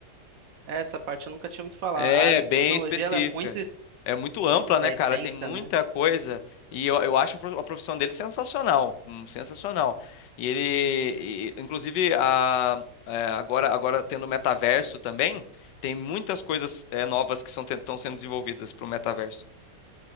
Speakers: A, on the right (about 60°); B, on the left (about 80°).
A: essa parte eu nunca tinha ouvido falar.
B: É
A: A área
B: bem
A: de tecnologia,
B: específica.
A: ela é muito
B: É muito ampla,
A: es-
B: né,
A: é
B: cara?
A: extensa,
B: Tem muita
A: né?
B: coisa. E eu, eu acho a pro- a profissão dele sensacional. hum, Sensacional. E ele, e, inclusive, a, é, agora, agora tendo o metaverso também, tem muitas coisas é, novas que são, estão sendo desenvolvidas para o metaverso.